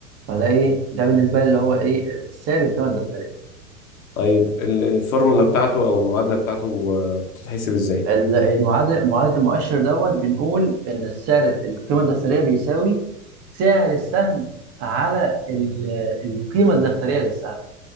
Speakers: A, on the right (about 35°); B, on the left (about 65°).
A: فده ايه ده بالنسبة لي اللي هو ايه السعر للقيمة الدفترية
B: طيب ال- الفورمولا بتاعته او المعادلة بتاعته آه، بتتحسب ازاي
A: ال- المعادل معادله المؤشر دوت بنقول ان السعر القيمه الدفتريه بيساوي سعر السهم على ال- القيمه الدفتريه للسهم